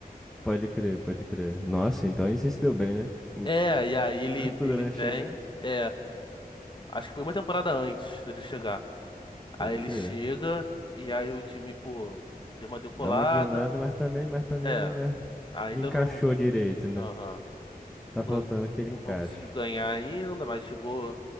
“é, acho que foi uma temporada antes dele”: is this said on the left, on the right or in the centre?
Left